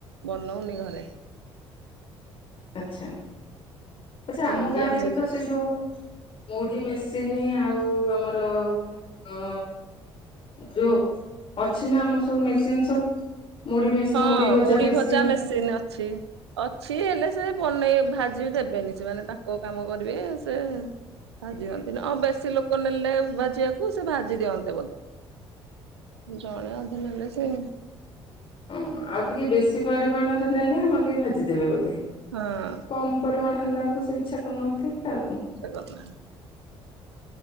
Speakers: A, on the right; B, on the left.
A: ବନଉନି ଘରେ।
B: ଆଚ୍ଛା, ଆଚ୍ଛା
A: କିଣିକି
B: ଆମ ଗାଁରେ
A: ଆଣିଦଉଛୁ
B: ବି ତ ସେଇ ଯୋଉ ମୁଢ଼ି ମେସିନ୍ ଆଉ ଆମର ଅଁ ଯୋଉ ଅଛି ନା ଆମର ସବୁ ମେସିନ୍ ସବୁ। ମୁଢି ମେସିନ
A: ହଁ
B: ମୁଢି
A: ମୁଢ଼ି
B: ମେସିନ
A: ଭଜା ମେସିନ୍ ଅଛି। ଅଛି ହେଲେ ସେ ବନେଇ ଭାଜି ବି ଦେବେନି ସେମାନେ ତାଙ୍କ କାମ କରିବେ ସେ ଭାଜି ଦିଅନ୍ତି ନା ଆଉ ବେଶୀ ଲୋକ ନେଲେ ଭାଜିବାକୁ ସେ ଭାଜି ଦିଅନ୍ତେ ବୋ ଜଣେ ଅଧେ ନେଲେ ସେ
B: ଅଁ ଆଉ ଟିକେ ବେଶୀ ପରିମାଣରେ ନେଲେ ହଁ ଟିକେ ଭାଜିଦେବେ ବୋଧେ।
A: ହଁ।
B: କମ୍ ପରିମାଣ ହେଲାବେଳକୁ ସେ ଇଚ୍ଛା କରୁନଥିବେ ଆଉ।
A: ଇଚ୍ଛା କରୁନାହାନ୍ତି।